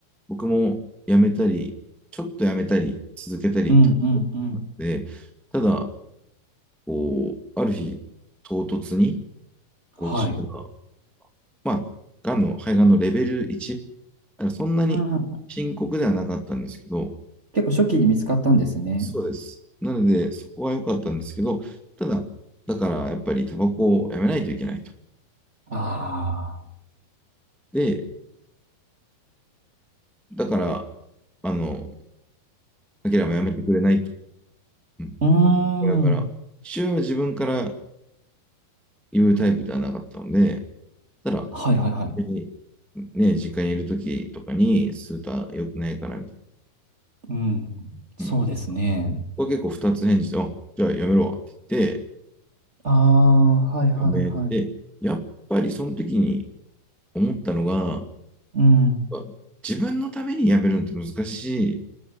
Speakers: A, in the centre; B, on the right.
A: 僕もやめたり、ちょっとやめたり、続けたりってことなので、
B: うんうんうん。
A: ただ、こう、ある日、唐突に、こう、
B: はい。
A: 父が、まあ、がんの、肺がんのレベル1、だからそんなに深刻ではなかったんですけど、
B: うん。結構初期に見つかったんですね。
A: そうです。なので、そこは良かったんですけど、ただ、だからやっぱりタバコをやめないといけないと。
B: あ
A: で、だから、あの、アキラもやめてくれないと。うん、
B: あ。うー
A: 親から。
B: ん。
A: 父親は自分から言うタイプではなかったので、ただ、
B: はいはいは
A: 別にね、実家にいる時とかに、スーター良くないからみた
B: い。うん。そうですね。
A: いな。うん。ここは結構二つ返事で、あ、じゃあやめろわって言って、
B: ああ、はいはいはい。
A: やめて、やっぱりその時に思ったのが、
B: うん。
A: あ自分のためにやめるのって難しい